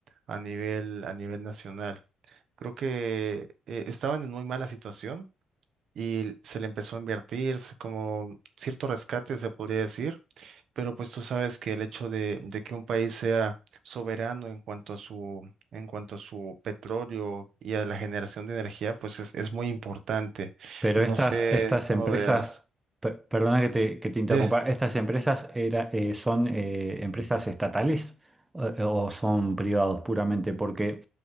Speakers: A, on the right; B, on the right.
A: a nivel, a nivel nacional. Creo que eh, estaban en muy mala situación y se le empezó a invertir se- como cierto rescate, se podría decir, pero pues tú sabes que el hecho de, de que un país sea soberano en cuanto a su, en cuanto a su petróleo y a la generación de energía, pues es, es muy importante.
B: Pero
A: No
B: estas,
A: sé
B: estas
A: cómo
B: empresas,
A: veas.
B: per- perdona que te, que te interrumpa,
A: Sí,
B: ¿estas empresas era, eh, son eh, empresas estatales eh, o, son privados puramente? Porque